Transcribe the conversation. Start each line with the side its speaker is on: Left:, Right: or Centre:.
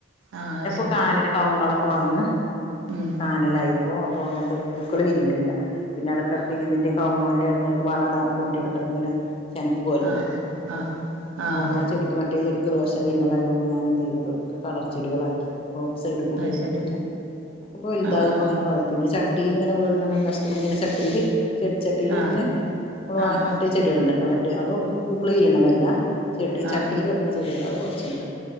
Right: ആ
Left: പിന്നെപ്പൊ
Right: അത് ശരി
Left: കാനൽ, കവുങ്ങേളൊക്കെ വളർന്ന്
Right: ഉം
Left: കാനലായി പ്പോ അപ്പോ അങ്ങൻത്തെ പൂക്കള് വിരിയ്ണില്ല. പിന്നെ എടക്കെടക്ക്
Right: ആ
Left: ഇതിന്റെ കവുങ്ങോന്റെ ഇത് വളടാനൊക്കെ വാണ്ടി എടക്കെടക്ക്ങ്ങനെ ചെനക്കുവല്ലോ,
Right: ആ
Left: അപ്പൊ
Right: ആ ആ
Left: അപ്പൊ അമ്മളാ
Right: അതെ
Left: ക്ക് മറ്റേ ചെടിക്ക് ദോഷം വര്നതായോണ്ട് ഞാനതെയ്ന്നതൊക്കെ കളർച്ചെടികളാക്കി. ഇപ്പോ സൈഡ് കൂട്യാക്കിട്ട്ങ്ങനെ
Right: അത് ശരി
Left: അപ്പോ വെല്തായപ്പോങ്ങനെ
Right: ആഹ് ആഹ്
Left: കളർ പിന്നെ ചട്ടി ട്ടീൽ ഇങ്ങനെ വീട്ൻ്റെ മുൻവശത്തൂടിങ്ങനെ ചട്ടീല് ചെടിച്ചട്ടിയില്
Right: ആഹ്
Left: ഇങ്ങനേ മ്മള്
Right: ആഹ് ആഹ്
Left: മറ്റേ ചെട്യേള്ണ്ടല്ലോ മറ്റേ അതും പൂക്കള് വിരീണതല്ല ചെടി
Right: ആഹ്
Left: ചട്ടിൽ വെക്കണ ചെടികൾ അയ് കൊറച്ച്ണ്ട്.